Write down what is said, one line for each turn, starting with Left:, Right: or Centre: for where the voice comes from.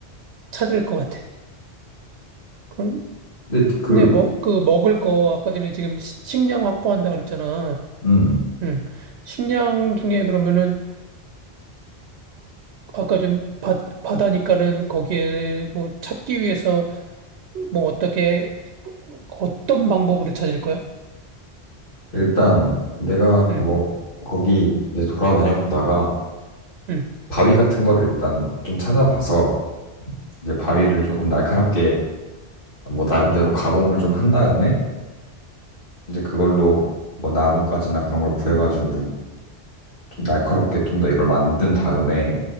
Right: 찾을 것 같아. 그런
Left: 근데 그
Right: 근데 뭐 그 먹을 거 아까 전에 지금 시- 식량 확보한다 그랬잖아.
Left: 음,
Right: 응. 식량 중에 그러면은 아까 전 바, 바다니까는 거기에 뭐 찾기 위해서 뭐 어떻게 어떤 방법으로 찾을 거야?
Left: 일단 내가
Right: 응.
Left: 뭐 거기 이제 돌아다녀 보다가
Right: 응. 응.
Left: 바위 같은 거를 일단 좀 찾아봐서 이제 바위를 조금 날카롭게 뭐 나름대로 가공을 좀 한 다음에 이제 그걸로 뭐 나뭇가지나 그런 걸 구해가지고 좀 날카롭게 좀 더 이걸 만든 다음에